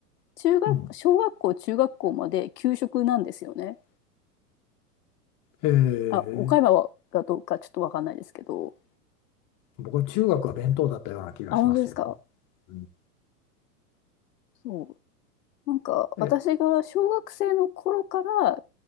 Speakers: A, on the left; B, on the left.
A: 中学、
B: うん。
A: 小学校、中学校まで給食なんですよね。
B: えー、
A: あ、岡山はがどうかちょっとわかんないですけど。
B: 僕は中学は弁当だったような気がしますよ。
A: あ、本当ですか。
B: うん
A: そう。なんか、私が小学生の頃から
B: え、